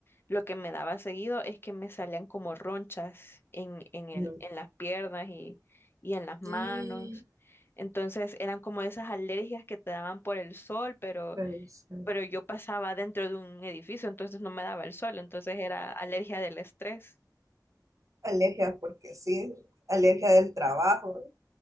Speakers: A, on the left (about 30°); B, on the right (about 50°).
A: Lo que me daba seguido es que me salían como ronchas en, en el,
B: no. Ujú.
A: en las piernas y, y en las manos.
B: Eh,
A: Entonces eran como esas alergias que te daban por el sol, pero
B: renunciar.
A: pero yo pasaba dentro de un edificio, entonces no me daba el sol, entonces era alergia del estrés.
B: Alergia porque sí, alergia del trabajo.